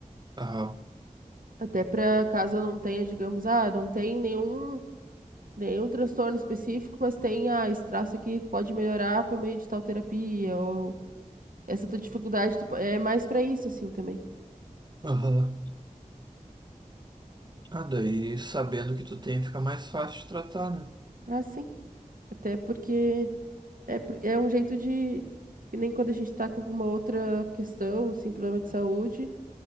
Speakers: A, on the right; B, on the right.
A: aham,
B: Até para caso eu não tenha, digamos, ah, não tem nenhum. Nenhum transtorno específico, mas tem ah, esse traço aqui, tu pode melhorar por meio de tal terapia, ou essa tua dificuldade tu po- é mais pra isso, assim, também.
A: aham. Ah, daí sabendo que tu tem, fica mais fácil de tratar, né?
B: Ah, sim. Até porque é, pr- é um jeito de. Que nem quando a gente tá com alguma outra questão, assim, problema de saúde,